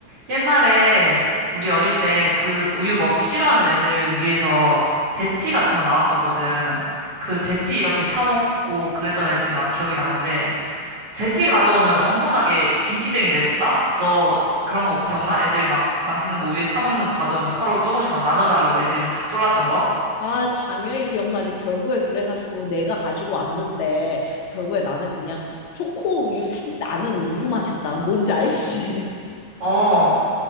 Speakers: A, on the right; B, on the left.
A: 옛날에 우리 어릴 때 그 우유 먹기 싫어하는 애들 위해서 제티 같은 거 나왔었거든. 그 제티 이렇게 타먹고 그랬던 애들이 나 기억이 나는데, 제티 가져오면 엄청나게 인기쟁이 됐었다? 너 그런 거 기억나? 애들 막 맛있는 거 우유에 타먹는 거 가져오면 서로 조금씩 막 나눠달라고 애들 막 졸랐던 거?
B: 아, 당연히 기억나지. 결국에 그래가지고 내가 가지고 왔는데 결국에 나는 그냥 초코 우유 색 나는 우유 맛이었잖아. 뭔지 알지?
A: 어,